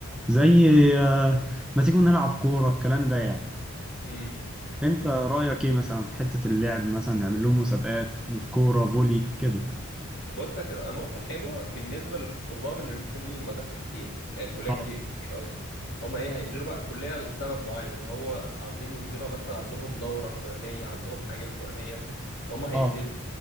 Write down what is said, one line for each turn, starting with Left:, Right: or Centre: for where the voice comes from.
Centre: زي آه، ما تيجوا نلعب كورة الكلام ده يعني
Left: امم
Centre: انت رأيك ايه مثلا في حتة اللعب مثلا نعمل لهم مسابقات في كورة فولي كده
Left: بص هتبقى نقطة حلوة بالنسبة للطلاب اللي مش بيحبوا يجوا المدرسة كتير يعني الكليات
Centre: اه
Left: دي كتير قصدي هما ايه هينزلوا بقى الكلية لسبب معين اللي هو عاوزين ينزلوا مثلا عندهم دورة فلانية عندهم حاجة الفلانية هما هينزلوا
Centre: اه